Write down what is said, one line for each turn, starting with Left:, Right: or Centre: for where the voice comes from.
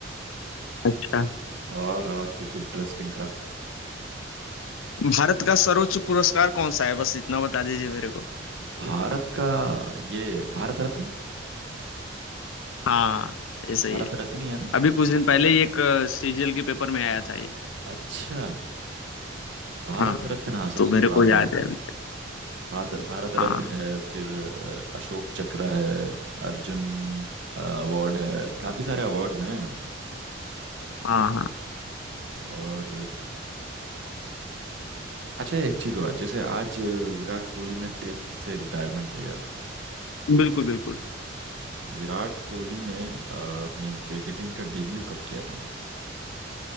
Left: अच्छा
Right: <laughs> और और कुछ इंटरेस्टिंग सा
Left: भारत का सर्वोच्च पुरस्कार कौन सा है बस इतना बता दीजिए मेरे को
Right: भारत का ये भारत रत्न
Left: हाँ ये सही
Right: भारत
Left: है
Right: रत्न ही है ना
Left: अभी कुछ दिन पहले ही एक सीजीएल के पेपर में आया था ये
Right: अच्छा भारत
Left: हाँ
Right: रत्न हाँ सबसे
Left: तो मेरे
Right: बड़ा
Left: को
Right: अवार्ड
Left: याद है
Right: है
Left: अभी।
Right: भारत भारत
Left: हाँ
Right: रत्न
Left: हाँ
Right: है फिर अ, अशोक चक्र है अर्जुन अवार्ड है काफी सारे अवार्ड्स हैं
Left: हाँ हाँ
Right: और अच्छा एक चीज और जैसे आज अ, विराट कोहली ने टेस्ट से रिटायरमेंट लिया तो
Left: बिल्कुल बिल्कुल
Right: विराट कोहली ने अ, अपने क्रिकेटिंग का डेब्यू कब किया था